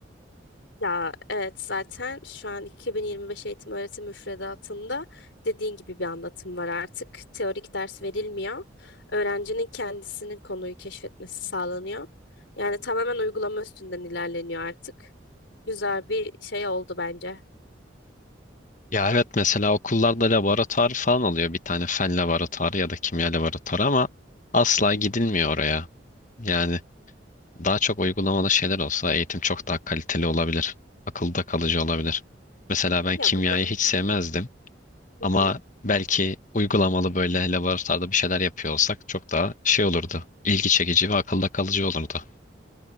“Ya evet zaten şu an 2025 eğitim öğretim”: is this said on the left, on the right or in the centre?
Left